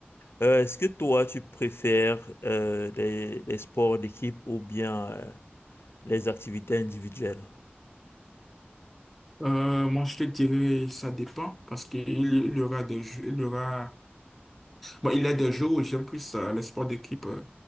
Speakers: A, on the left; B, in the centre.
A: euh, est-ce que toi tu préfères euh, les, les sports d'équipe ou bien euh, les activités individuelles?
B: Euh, moi, je te dirais, ça dépend parce qu'il y il y aura des, jeux- il y aura Bon, il y a des jours où j'aime plus euh, les sports d'équipe, euh,